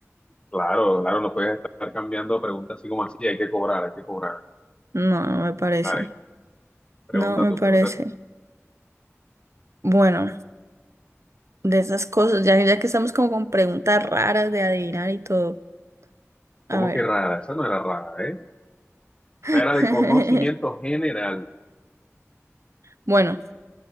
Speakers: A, on the left; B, on the right.
A: Claro, claro, no puedes estar cambiando preguntas así como así, hay que cobrar, hay que cobrar.
B: No, no me parece.
A: Dale, pregunta
B: No me
A: tú,
B: parece.
A: pregunta tú.
B: Bueno, de esas cosas, ya, ya que estamos como con preguntas raras de adivinar y todo. A
A: ¿Cómo
B: ver.
A: que rara? Esa no era rara, ¿eh?
B: <laughs>
A: Esa era de conocimiento general.
B: Bueno,